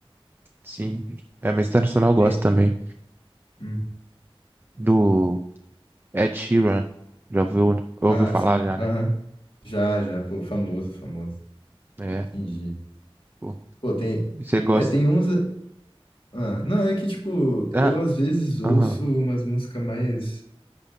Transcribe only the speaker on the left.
Tem-
hum.
Ah,
sim.
Aham.
Já, já. Pô, famoso, famoso.
Entendi.
Pô, tem.
É, tem uns. Ah, não, é que, tipo,
eu às vezes ouço
umas músicas mais.